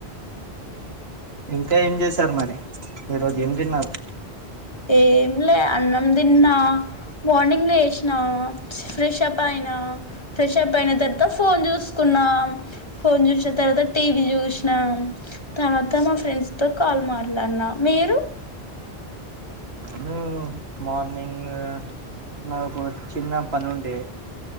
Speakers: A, on the right; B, on the left.
A: ఇంకా ఏం చేసారు మరి ఈ రోజు ఏం తిన్నారు
B: ఎం లే అన్నం తిన్నా మార్నింగ్ లేశ్న ఫ్రెషపైన ఫ్రెషప్ అయిన తర్వాత ఫోన్ చూసుకున్నాం ఫోన్ చూస్న తర్వాత టీవీ చూసిన తర్వాత మా ఫ్రెండ్స్ తో కాల్ మాట్లాడినా మీరు
A: ను మార్నింగు నాకు చిన్న ప్పనుండి